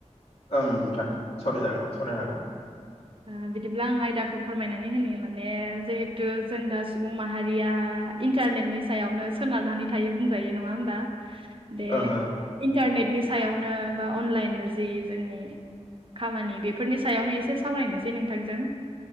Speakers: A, on the left; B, on the right.
A: ओं नोंथां सावरायजागोन सावररायनो हागोन।
B: ओ बिदिब्ला आं आयदाखौ फोरमायनानै होनो माने जिहेथु जों दा सुबुं माहारिया इन्टारनेटनि सायावनो सोनारनानै थायो बुंजायो नङा होमबा बे
A: ओं ओं
B: इन्टारनेटनि सायावनो बा अनलाइन जि जोंनि खामानि बेफोरनि सायावनो एसे सावरायनोसै नोंथांजों।